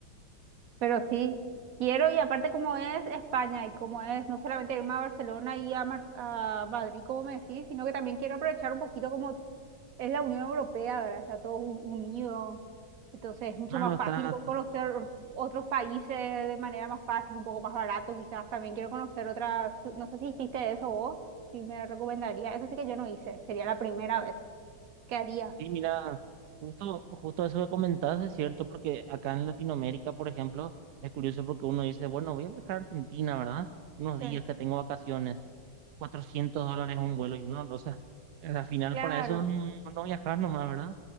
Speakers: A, on the right; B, on the right.
A: Pero sí, quiero y aparte como es España y como es no solamente irme a Barcelona y a, Mar- a Madrid, como me decís, sino que también quiero aprovechar un poquito como es la Unión Europea, ¿verdad? Está todo u- unido. Entonces es mucho
B: Claro,
A: más
B: está
A: fácil co- conocer otros países de manera más fácil, un poco más barato quizás. También quiero conocer otras, no sé si hiciste eso vos, si me recomendaría. Eso sí que yo no hice, sería la primera vez que haría.
B: Sí, mira, justo, justo eso que comentabas es cierto, porque acá en Latinoamérica, por ejemplo, es curioso porque uno dice, bueno, voy a viajar a Argentina, ¿verdad? Unos días
A: Sí,
B: que tengo vacaciones, 400 dólares un vuelo y uno, o sea, al final
A: Claro.
B: para eso no, no viajar nomás, ¿verdad?